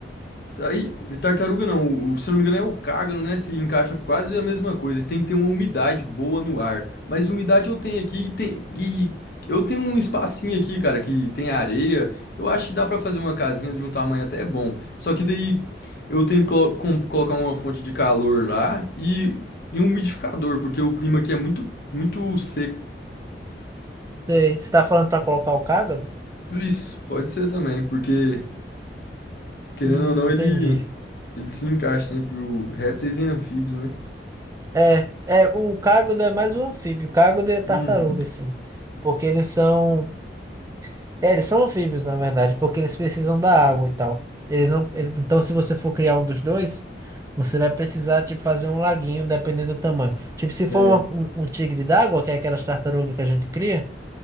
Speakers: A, on the left; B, on the right.
A: Aí, tartaruga não, o, se eu não me engano é o cágano, né? Se encaixa quase a mesma coisa. Tem que ter uma umidade boa no ar. Mas umidade eu tenho aqui e tem e eu tenho um espacinho aqui, cara, que tem areia. Eu acho que dá pra fazer uma casinha de um tamanho até bom. Só que daí eu tenho que colo- com- colocar uma fonte de calor lá e, e um umidificador, porque o clima aqui é muito muito seco.
B: Sei. Você tá falando pra colocar o cágado?
A: Isso, pode ser também, porque querendo
B: Hum,
A: ou não
B: entendi.
A: ele ele se encaixa sempre o répteis e anfíbios, né?
B: É, é, o cágado é mais um anfíbio. O cágado é tartaruga,
A: Uhum.
B: assim. Porque eles são. É, eles são anfíbios, na verdade, porque eles precisam da água e tal. Eles não. ele- Então, se você for criar um dos dois, você vai precisar, tipo, fazer um laguinho, dependendo do tamanho. Tipo, se for
A: É.
B: uma- um, um tigre d'água, que é aquelas tartarugas que a gente cria.